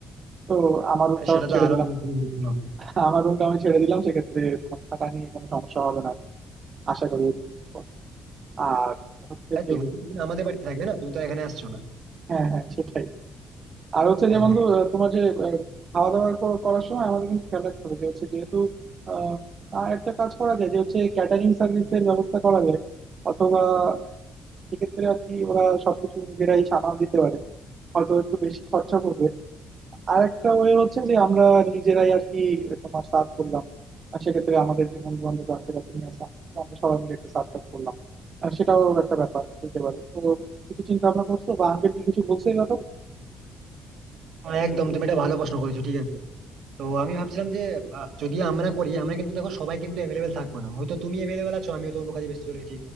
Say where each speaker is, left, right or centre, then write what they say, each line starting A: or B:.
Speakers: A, on the right; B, on the right.
A: তো আমার রুমটা
B: সেটা
A: আমি
B: তো
A: ছেড়ে
B: আরো
A: দিলাম
B: আমার জন্য helpful হবে
A: <laughs> আমার রুমটা আমি ছেড়ে দিলাম সেক্ষেত্রে তোমার থাকা নিয়ে কোনো সমস্যা হবে না আশা করি এই জিনিসটা। আর হচ্ছে
B: আর
A: যে
B: তুমি তো সেদিন আমাদের বাড়িতে থাকবে না তুমি তো আর এখানে আসছো না
A: হ্যাঁ হ্যাঁ সেটাই আর হচ্ছে
B: হ্যাঁ
A: যে বন্ধু আহ, তোমার যে আহ, খাওয়া দাওয়া কর- করার সময় আমাদের কিন্তু খেয়াল রাখতে হবে যে হচ্ছে যেহেতু আহ, আর একটা কাজ করা যায় যে হচ্ছে ক্যাটারিং সার্ভিসের ব্যবস্থা করা যায় অথবা সেক্ষেত্রে আর কি ওরা সবকিছু নিজেরাই সামাল দিতে পারে হয়তো একটু বেশি খরচা পড়বে আর একটা ওয়ে হচ্ছে যে আমরা নিজেরাই আর কি তোমার সার্ভ করলাম আর সেক্ষেত্রে আমাদের যে বন্ধু বান্ধব আছে বা তুমি আছো, আমরা সবাই মিলে একটা সার্ভ টার্ভ করলাম আর সেটাও একটা ব্যাপার হতে পারে তো কিছু চিন্তা ভাবনা করছো বা আঙ্কেল কি কিছু বলছে এই ব্যাপারে
B: হ্যাঁ, একদম তুমি এটা ভালো প্রশ্ন করেছো ঠিক আছে তো আমি ভাবছিলাম যে আহ, যদি আমরা করি আমরা কিন্তু দেখো সবাই কিন্তু অ্যাভেলেবেল থাকবে না হয়তো তুমি অ্যাভেলেবেল আছো আমি হয়তো অন্য কাজে ব্যস্ত চলেছি